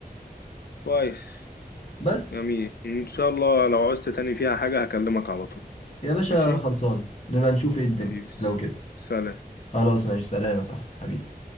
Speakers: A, on the left; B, on the left.
A: كويس
B: بس
A: جميل إن شاء الله لو عوزت تاني فيها حاجة هكلمك على طول
B: يا باشا
A: ماشي
B: خلصان نبقى نشوف ايه الدنيا
A: حبيبي
B: لو كده
A: سلام
B: خلاص ماشي سلام يا صاحبي حبيبي